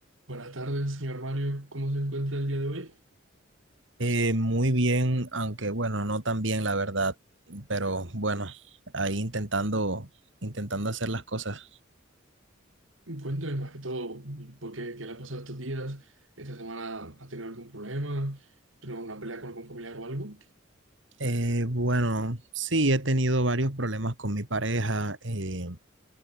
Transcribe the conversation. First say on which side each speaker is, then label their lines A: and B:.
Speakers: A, on the right; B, on the right.
A: Buenas tardes, señor Mario. ¿Cómo se encuentra el día de hoy?
B: Eh, muy bien, aunque bueno, no tan bien la verdad, pero bueno, ahí intentando, intentando hacer las cosas.
A: Cuénteme más que todo, ¿por qué, qué le ha pasado estos días? ¿Esta semana ha tenido algún problema? ¿Tuvo una pelea con algún familiar o algo?
B: Eh, bueno, sí, he tenido varios problemas con mi pareja. eh,